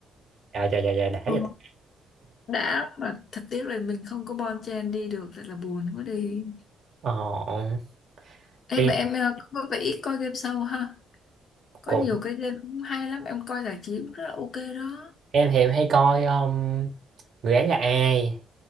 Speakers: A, on the right (about 60°); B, on the left (about 60°).
A: trời trời trời trời đã vậy
B: Ừ,
A: ta.
B: đã mà thật tiếc là mình không có bon chen đi được thật là buồn quá đi
A: ờ
B: Em
A: em
B: mà em ờ, có vẻ ít coi game show ha. Có
A: cũng
B: nhiều cái game cũng hay lắm, em coi giải trí cũng rất là ok đó.
A: em thì em hay coi um, người ấy là ai